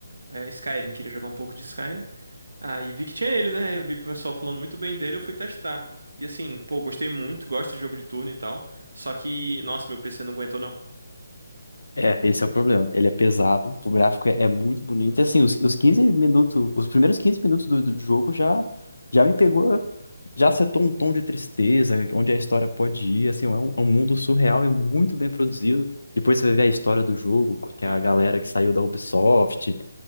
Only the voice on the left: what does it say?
É, esse é o problema. Ele é pesado, o gráfico é, é muito bonito. E, assim, os, os 15 minutos, os primeiros 15 minutos do, do jogo já já me pegou, já setou um tom de tristeza, onde a história pode ir. Assim, é um, é um mundo surreal e muito bem produzido. Depois você vai ver a história do jogo, que
é a galera
que saiu da Ubisoft,